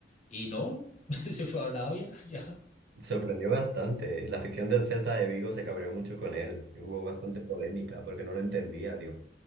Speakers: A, on the left; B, on the right.
A: y no, <laughs> se fue a Arabia, <laughs> ya.
B: Sorprendió bastante. La afición del Celta de Vigo se cabreó mucho con él. y Hubo bastante polémica porque no lo entendía. Digo,